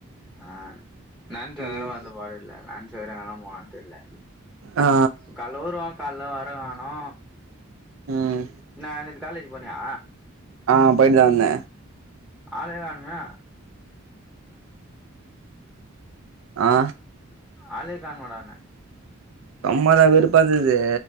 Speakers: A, in the centre; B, on the right.
A: ஆ நான்ஜோ
B: ம்
A: வேற வந்த பாடு இல்ல நான்ஜோ வேற எங்கதா போனான் தெர்ல
B: ஆ
A: கால்ல வருவா கால்ல வர காணோ
B: ம்
A: என்னா நேத்து காலேஜ் போனியா
B: ஆ போயிட்டு தா வந்த
A: ஆல்லே கானோமே
B: ஆ
A: ஆலே கான்மேடான்ன
B: சும்மாதா வெருப்பாந்தது